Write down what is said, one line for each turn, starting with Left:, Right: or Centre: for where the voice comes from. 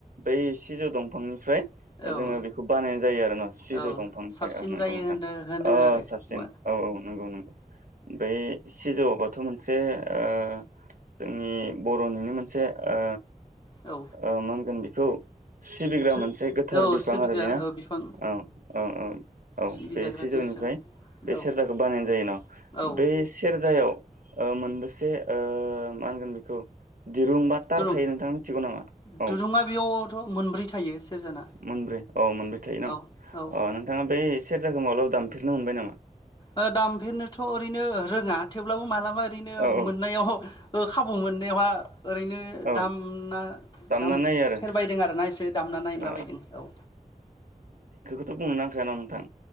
Right: बै सिजौ दंफांनि फ्राय
Left: औ
Right: जोङो बेखौ बानायनाय जायो आरो ना सिजौ
Left: औ
Right: दंफांनिफ्राय
Left: साबसिन
Right: ओ नोंगौ
Left: जायो
Right: नोंथां
Left: होनो होनो
Right: ओ
Left: आरो
Right: साबसिन
Left: बा
Right: औ औ नोंगौ नोंगौ। बे सिजौआवबो थ' मोनसे ओ जोंनि बर'निनो मोनसे ओ
Left: औ
Right: ओ मा होनगोन बि खौ सिबिग्रा
Left: थो
Right: मोनसे गोथार
Left: औ
Right: बिफां
Left: सिबिग्रा
Right: आरो बेना
Left: ओ
Right: औ,
Left: बिफां
Right: औ औ, औ
Left: सिबिजाग्रा
Right: बे सिजौनिफ्राय
Left: नेरसोन
Right: बे
Left: औ
Right: सेरजाखौ बानायनाय जायो न'
Left: औ
Right: बे सेरजायाव ओ मोनबेसे ओ मा होनगोन बेखौ दिरुं बा थार
Left: दुरुं
Right: थायो नोंथां मिन्थिगौ नामा औ
Left: दुरुङा बेयावथ' मोनब्रै थायो सेरजाना
Right: मोनब्रै औ मोनब्रै थायो न'
Left: औ औ
Right: ओ नोंथाङा बे सेरजाखौ माब्लाबा दामफेरनो मोनबाय नामा?
Left: ओ दामफेरनोथ' ओरैनो रोङा थेवब्लाबो माला बा ओरैनो
Right: औ औ
Left: मोननायाव ओ खा औ मोननायावहा ओरैनो
Right: औ
Left: दामना
Right: दामनानै
Left: दाम
Right: नायो आरो
Left: फेरबायदों आरोना एसे से दामना नायलाबायदों
Right: ओ
Left: औ।
Right: बुङोना जोंहानाव ना नोंथां